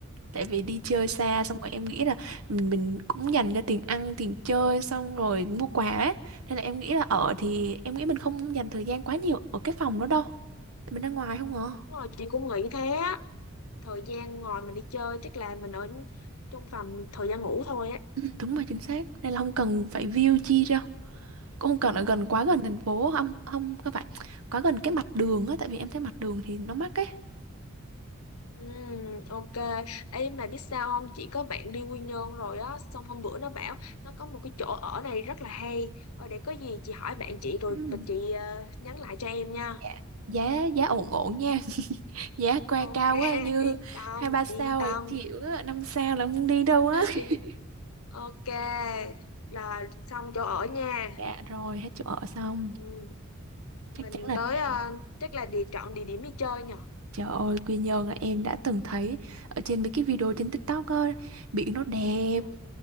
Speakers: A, on the right; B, on the left.
A: Tại vì đi chơi xa
B: Ờ,
A: xong rồi em nghĩ là mình mình cũng dành cho tiền ăn, tiền chơi xong rồi mua quà ấy. Nên là em nghĩ là ở thì
B: Ừ,
A: em nghĩ mình không dành thời gian quá nhiều ở cái phòng đó đâu. Mình ra ngoài không à.
B: đúng rồi, chị cũng nghĩ thế á. Thời gian ngồi mình đi chơi chắc là mình ở trong phòng thời gian ngủ thôi á.
A: Ừ, đúng rồi chính xác. Nên là không cần phải view
B: Ừ.
A: chi ra cũng không cần ở gần quá gần thành phố không không không phải quá gần cái mặt đường á tại vì em thấy mặt đường thì nó mắc ấy
B: Ừ, ok. Ê, mà biết sao không? Chị có bạn đi Quy Nhơn rồi á. Xong hôm bữa nó bảo nó có một cái chỗ ở này rất là hay. Ờ, để có gì chị hỏi bạn chị rồi
A: Ừm,
B: mà chị ờ, nhắn lại cho em nha.
A: dạ. giá giá ổn ổn nha <laughs> giá qua
B: Ok,
A: cao
B: <laughs>
A: quá như
B: yên tâm,
A: hai ba sao
B: yên tâm,
A: thì chịu á năm sao là không đi đâu á
B: yên
A: <laughs>
B: Ok, là xong chỗ ở nha.
A: dạ rồi hết chỗ ở xong
B: Ừ.
A: chắc
B: Mình
A: chắn là
B: tới
A: phải
B: ờ, chắc là địa chọn địa điểm đi chơi nhỉ?
A: trời ơi Quy Nhơn là em đã từng thấy ở trên mấy cái video trên TikTok á biển nó đẹp
B: Ừ.